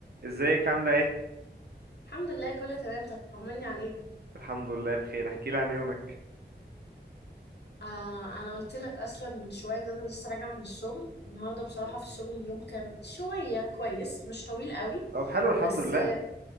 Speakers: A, on the right; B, on the left.
A: ازيك عاملة ايه؟
B: الحمد لله كله تمام طمني عليك
A: الحمد لله بخير احكي لي عن يومك
B: آه انا قلت لك اصلا من شويه ان انا لسه راجعه من الشغل النهارده بصراحه
A: مم.
B: في الشغل اليوم كان شويه كويس مش طويل قوي
A: طب حلو الحمد
B: بس
A: لله